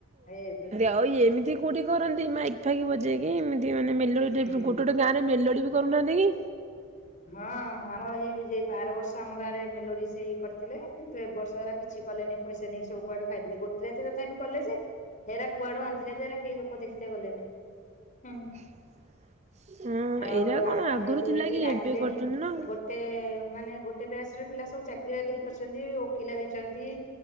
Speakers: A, on the left; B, on the right.
A: ଏଇ ଏବେ।
B: ହୋଇଏ ଏମିତି କୋଉଟେ କରନ୍ତି ମାଇକ୍ ଫାଇକ୍ ବୋଜେଇକି ଏମିତି ମାନେ ମେଲୋଡି
A: ହୁଁ
B: ଟାଇପର ବଜେଇକି ଗୋଟେ ଗୋଟେ ଗାଁ ରେ ମେଲୋଡି ବି କରୁନାହାନ୍ତି।
A: ହଁ ଆମ ଏଇ ଯ ବାର ବର୍ଷ ଆମ ଗାଁରେ ମେଲୋଡି ସେଇ କରିଥିଲେ କିନ୍ତୁ ଏ ବର୍ଷ ଧାରା କିଛି କିଛି କଲେନି ପଇସା ନେଇକି ସବୁଆେ ଖାଇଦଲେ ଗୋଟେ ରାତି ତଥାପି କଲେ ଯେ ହେରା କୁଆଡୁ ଆଣିିଲଥିଲେ ଯେେରା କେହି ଲୋକ ଦେଖିେ ଗଲେନି।
B: <unintelligible>
A: ହୁଁ
B: ହଁ
A: ଆଉ
B: ଏଇଟା କଣ
A: ଆମ
B: ଆଗରୁ
A: ଏଇ ଯୋଉ
B: ଥିଲା
A: ଏଇଠି
B: କି
A: ରାଗିଲେଣି
B: ଏବେ କରୁଛନ୍ତି
A: ଗୋଟେ
B: ନା ଆଉ।
A: ଗୋଟେ ମାନେ ଗୋଟେ ବ୍ୟାସରେ ପିଲା ସବୁ ଚାକିରରି ବାକିରି କରିଛନ୍ତି ଓକିଲ ହେଇଛନ୍ତି।